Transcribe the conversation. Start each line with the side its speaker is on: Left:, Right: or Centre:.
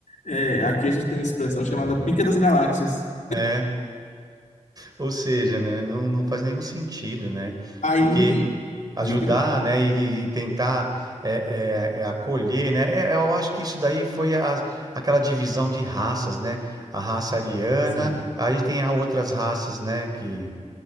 Left: é, aqui a gente tem uma expressão chamada pica das galáxias.
Right: É, Ou seja, né, não, não faz nenhum sentido, né?
Left: Aí,
Right: Porque ajudar,
Left: diga.
Right: né, e, e tentar é, é, é, acolher, né? é- eu acho que isso daí foi a- aquela divisão de raças, né? A raça ariana,
Left: Sim.
Right: aí tem a outras raças, né? Que